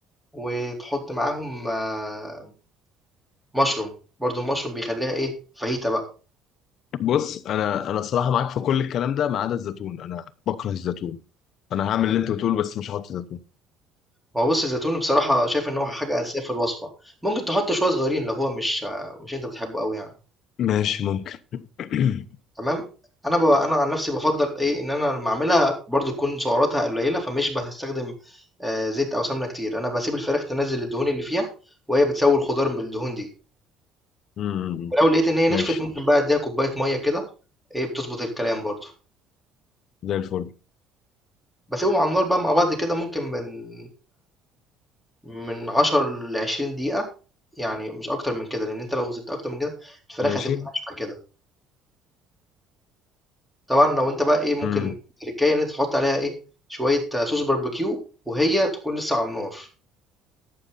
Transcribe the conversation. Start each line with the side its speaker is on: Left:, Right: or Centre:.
Centre: وتحط معاهم آه، mushroom برضه الmushroom بيخلّيها إيه، فاهيتا بقى.
Left: بص انا انا صراحة معاك في كل الكلام ده ما عدا الزيتون انا بكره الزيتون انا هعمل اللي انت بتقوله بس مش هحط زيتون
Centre: ما هو بُص الزيتون بصراحة شايف إن هو حاجة أساسية في الوصفة، ممكن تحط شوية صغيرين لو هو مش آه، مش أنت بتحبه أوي يعني.
Left: ماشي ممكن <clears throat>
Centre: تمام انا ب... انا عن نفسي بفضل ايه ان انا لما اعملها برضو تكون سعراتها قليله فمش بستخدم آه، زيت او سمنه كتير انا بسيب الفراخ تنزل الدهون اللي فيها وهي بتسوي الخضار بالدهون دي
Left: امم
Centre: ولو لقيت ان هي نشفت
Left: ماشي
Centre: ممكن بقى اديها كوبايه ميه كده ايه بتظبط الكلام برضو
Left: زي الفل
Centre: بسيبهم على النار بقى مع بعض كده ممكن من من 10 ل 20 دقيقه يعني مش اكتر من كده لان انت لو سبت اكتر من كده الفراخ
Left: ماشي
Centre: هتبقى ناشفه كده طبعًا لو أنت بقى إيه ممكن
Left: امم
Centre: تريكاية إن أنت تحط عليها إيه، شوية آه، صوص باربيكيو وهي تكون لسه على النار.